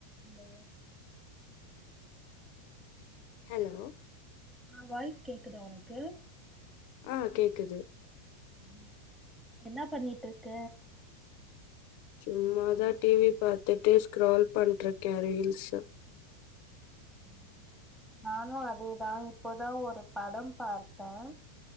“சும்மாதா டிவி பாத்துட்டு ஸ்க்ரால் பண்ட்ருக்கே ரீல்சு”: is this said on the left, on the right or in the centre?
Left